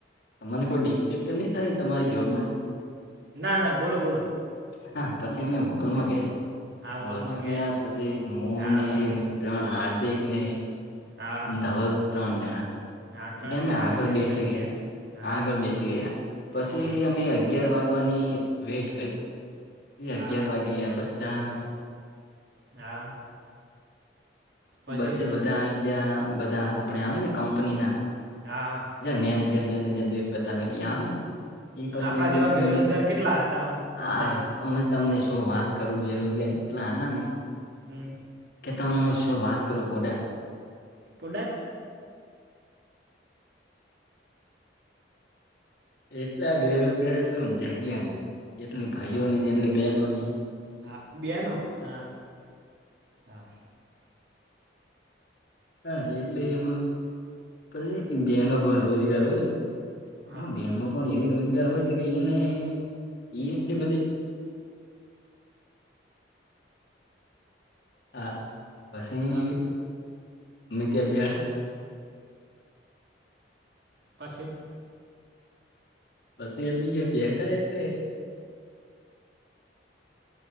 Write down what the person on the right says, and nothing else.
ના ના બોલો બોલો.
હા હોલમાં
હા
પછી
હા
હા
ત્રણ
જણા
તમે
અંદર
હા
હા
હા
હા. પછી
હા હા.
અને આપણા જેવા
બેરોજગાર કેટલા હતા આમ અંદાજીત
હમ.
પુડા.
હા
હા બેનો હા હા.
હા
હા.
પછી.